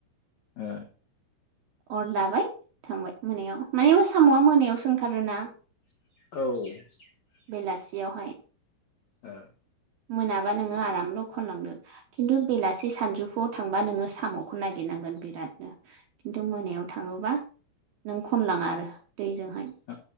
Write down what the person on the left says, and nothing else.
ओ
औ
ओ
ओ